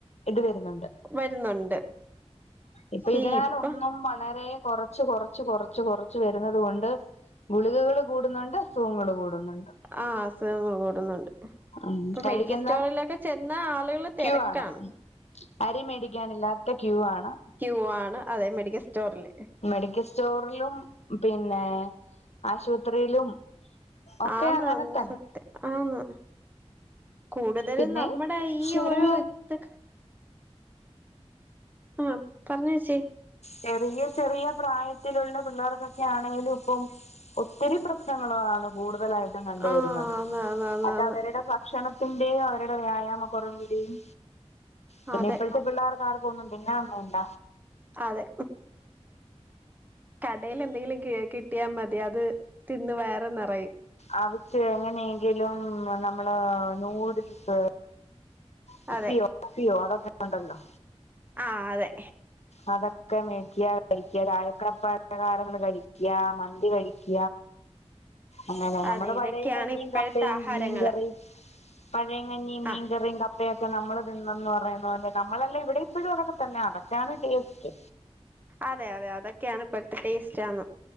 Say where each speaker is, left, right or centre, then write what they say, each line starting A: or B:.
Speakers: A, on the left (about 75°); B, on the right (about 15°).
A: ഇത് വരു ന്നുണ്ട്
B: വരുന്നുണ്ട് പക്ഷേ
A: ഇപ്പൊ ഇതിനാലൊന്നും
B: ഇപ്പൊ
A: വളരെ കൊറച്ച് കൊറച്ച് കൊറച്ച് കൊറച്ച് വരുന്നത് കൊണ്ട് ഗുളികകള് കൂടുന്നുണ്ട് അസുഖങ്ങള് കൂടുന്നുണ്ട്
B: ആഹ് അസുഖങ്ങൾ കൂടുന്നുണ്ട്
A: ഉം
B: ഇപ്പൊ
A: കഴിക്കുന്ന
B: മെഡിക്കൽ സ്റ്റോറിലൊക്കെ ചെന്ന ആളുകള് തെരക്കാണ്
A: ക്യൂ ആണ് അരി മേടിക്കാനില്ലാത്ത ക്യൂ ആണ്
B: ക്യു വാണ് അതെ മെഡിക്ക സ്റ്റോറില്
A: മെഡിക്കൽ സ്റ്റോറിലും, പിന്നെ ആശുപത്രിയിലും ഒക്കെ
B: ആന്ന്
A: അങ്ങനെ
B: ആന്ന്
A: തന്നെ
B: സത്യം ആന്ന് കൂടുതലും
A: പിന്നെ
B: നമ്മുടെ ഈ
A: ചെറിയ
B: ഓരോ ഇത് ആഹ് പറഞ്ഞോച്ചി
A: ചെറിയ ചെറിയ പ്രായത്തിലുള്ള പിള്ളേർക്കൊക്കെ ആണെങ്കിലുപ്പം ഒത്തിരി പ്രശ്നങ്ങളാണ് കൂടുതലായിട്ടും കണ്ടുവരുന്നത്
B: ആഹ് ആന്ന് ആന്ന് ആന്ന്
A: അത്
B: ആന്ന്
A: അവരുടെ ഭക്ഷണ ത്തിന്റെയും അവരുടെ വ്യായാമ കുറവിന്റെയും പിന്നെ
B: അതെ
A: ഇപ്പോഴത്തെ പിള്ളേർ ള്ളാർകൊന്നും തിന്നാൻ വേണ്ട
B: അതെ കടേലെന്തെങ്കിലും കേക്ക് കിട്ടിയാമതി അത് തിന്ന് വയർ നിറയും
A: അവച്ച് എങ്ങനെയെങ്കിലും നമ്മള് നൂഡിൽസ് വിപ്പിയൊ
B: അതെ
A: <unintelligible> അതൊക്കണ്ടല്ലോ
B: ആഹ് അതെ
A: അതൊക്കെ മേടിക്ക കഴിക്ക മധുര പലഹാരങ്ങൾ കഴിക്ക മന്തി കഴിക്ക
B: <unintelligible>
A: അങ്ങനെ നമ്മുടെ
B: അതെ ഇതൊക്കെയാണ്
A: വടയും കഞ്ഞിയും
B: ഇപ്പോഴത്തെ
A: കപ്പയും
B: ആഹാരങ്ങള്
A: മീൻകറിയും പഴംകഞ്ഞി മീൻകറി
B: ആഹ്
A: കപ്പ ഇവയൊക്കെ നമ്മള് തിന്നന്ന് പറയുന്നത് പോലെ നമ്മളല്ല ഇവിടെ ഇപ്പോഴും അങ്ങനൊക്കെ തന്നെ ആണ് ടേസ്റ്റ്
B: അതെ അതെ അതൊക്കെയാണ് ഇപ്പഴത്തെ ടേസ്റ്റ് ആന്ന്